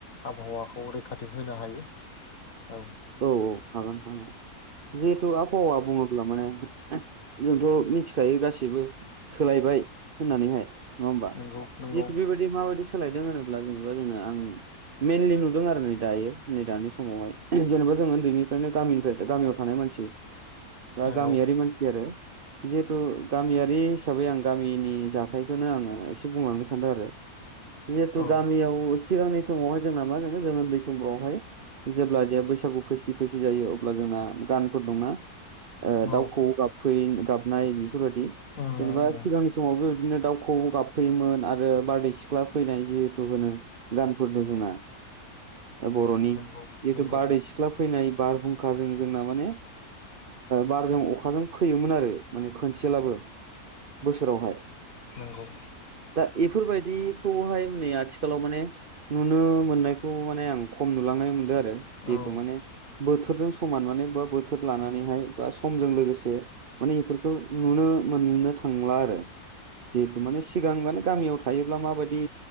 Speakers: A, on the left; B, on the right.
A: आबहावाखौ रैखाथि होनो हायो औ
B: औ औ हागोन हागोन जिहेथु आबहावा बुङो अब्ला माने जोंथ नोनथिखायो गासिबो सोलायबाय होननानैहाय नङा होमबा
A: नंगौ नंगौ
B: जिथ बेबायदि माबायदि सोलायदों होनोब्ला जेनेबा जोङो आंनि मइेनलि नुदों आरो नै दायो नै दानि समावहाय जेनेबा जों उन्दैनिफ्रायनो गामिनिफ्राय गामियाव थानाय मानसि बा
A: नंगौ
B: गामियारि
A: नंगौ
B: मानसि आरो। जिहेथु गामियारि हिसाबै आं गामिनि जाथायखौनो आङो एसे बुंलांनो सानदों आरो। जिहेतु
A: औ
B: गामियाव सिगांनि समावहाय जोंना मा जानो जों उन्दै समफ्रावहाय जेब्ला बैसागु फैसि फैसि जायो अब्ला जोंना गानफोर दंना ओ
A: औ
B: दाउ खोवौ गाब फै गाबनाय बेफोरबायदि
A: उम
B: जेनेबा
A: उम
B: सिगांनि समाव बेबायदिनो दाउखौ गाब फैयोमोन आरो बारदै सिख्ला फैनाय जिहेथु होनो। गानफोर दं जोंना बर'नि
A: नंगौ
B: जिथु
A: नंगौ
B: सिख्ला फैनाय बारहुंखाजों जोंना माने बारजों अखा जों फैयोमोन आरो माने खनसेलाबो बोसोरावहाय।
A: नंगौ
B: दा बेफोरबायदिखौहाय नै आथिखालाव माने नुनो मोननायखौ माने आं खम नुलांनाय मोनदों आरो जिहेतु
A: औ
B: माने बोथोरजों समान माने बा बोथोर लानानैहाय बा समजों लोगोसे माने बेफोरखौ नुनो मोननो थांला आरो जिहेथु माने सिगां माने गामियाव था योब्ला माबायदि